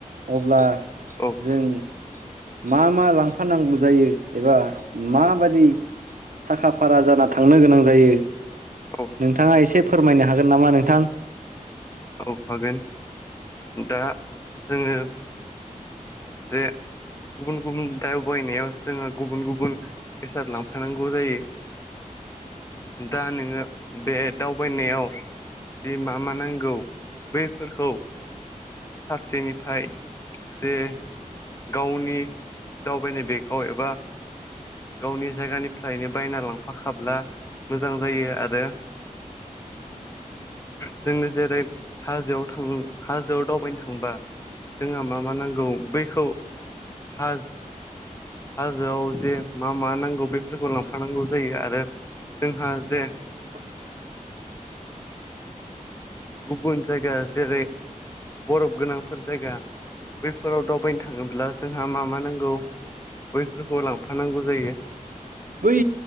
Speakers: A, on the right; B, on the left.
A: अब्ला
B: औ
A: जों मा मा लांफानांगौ जायो एबा माबादि साखा फारा जाना थांनो गोनां जायो
B: औ
A: नोंथाङा एसे फोरमायनो हागोन नामा नोंथां।
B: औ हागोन दा जोङो जे गुबुन गुबुन दावबायनाया जोङो गुबुन गुबुन बेसाद लांफानांगौ जायो। दा नोङो बे दावबायनायाव जि मा मा नांगौ बैफोरखौ फारसेनिफ्राय जे गावनि दावबायनाय बेगखौ एबा गावनि जायगानिफ्रायनो बायना लांफाखाब्ला मोजां जायो आरो।
A: <inaudible>
B: जोङो जेरै हाजोआव थां हाजोआव दावबायनो थांबा जों मा मा नांगौ बैखौ हा हाजोआव जे मा मा नांगौ बेफोरखौ लांफानांगौ जायो आरो जोंहा जे
A: <inaudible>
B: गुबुन जायगा जेरै बरफ गोनांफोर जायगा बैफोराव दावबायनो थाङोब्ला जोंहा मा मा नांगौ। बैफोरखौ लांफानांगौ जायो।
A: बै